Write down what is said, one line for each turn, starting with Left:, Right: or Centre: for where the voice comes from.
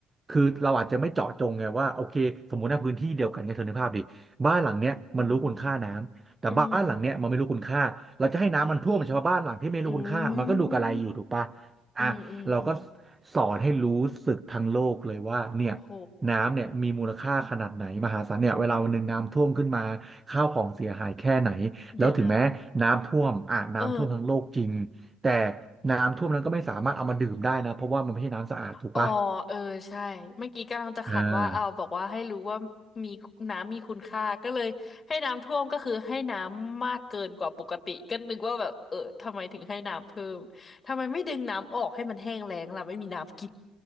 Right: คือเราอาจจะไม่เจาะจงไงว่าโอเคสมมุติในพื้นที่เดียวกันไงเธอนึกภาพดิบ้านหลังเนี้ยมันรู้คุณค่าน้ำ
Left: อืม
Right: แต่บ้านหลังเนี้ยมันไม่รู้คุณค่าเราจะให้น้ำมันท่วมชาวบ้านหลังที่ไม่รู้คุณค่ามันก็ดูกระไรอยู่ถูกปะ
Left: อืมอืมอืมอืมอืม
Right: อ่ะเราก็สอนให้รู้สึกทั้งโลกเลยว่าเนี่ย
Left: โอ้โห
Right: น้ำเนี่ยมีมูลค่าขนาดไหนมหาศาลเนี่ยเวลาวันหนึ่งน้ำท่วมขึ้นมาข้าวของเสียหายแค่ไหนแล้วถึงแม้น้ำท่วมอ่ะน้ำท่วมทั้งโลกจริงแต่
Left: เดี๋ยวนะเออ
Right: น้ำท่วมนั้นก็ไม่สามารถเอามาดื่มได้นะเพราะว่ามันไม่ใช่น้ำสะอาดถูกปะ
Left: อ๋อเออใช่เมื่อกี้กำลังจะขัดว่าเอาวบอกว่าให้รู้ว่ามีน้ำมีคุณค่าก็เลยให้น้ำท่วมก็คือให้น้ำมากเกินกว่าปกติก็นึกว่าแบบเออทำไมถึงให้น้ำเพิ่มทำไมไม่ดึงน้ำออกให้มันแห้งแล้งล่ะไม่มีน้ำกิน
Right: อ่า